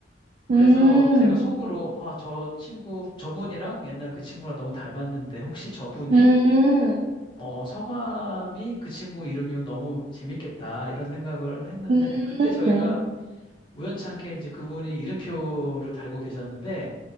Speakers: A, on the left; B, on the right.
A: 그래서
B: 음,
A: 제가 속으로 아, 저 친구, 저분이랑 옛날 그 친구랑 너무 닮았는데 혹시 저분이
B: 음,
A: 어, 성함이 그 친구 이름이면 너무 재밌겠다 이런 생각을 했는데
B: 음.
A: 그때 저희가 우연찮게 이제 그분이 이름표를 달고 계셨는데